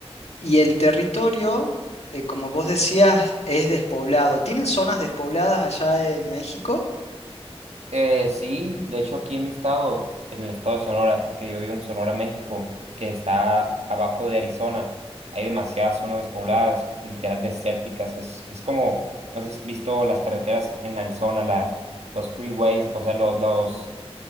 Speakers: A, on the left; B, on the right.
A: y el territorio, eh, como vos decías, es despoblado. ¿Tienen zonas despobladas allá en México?
B: Eh, sí, de hecho aquí en mi estado, en el estado de Sonora, porque yo vivo en Sonora, México, que está abajo de Arizona, hay demasiadas zonas despobladas, literal desérticas. Es, es como, no sé si has visto las carreteras en Arizona, la, los freeways, o sea, los, los,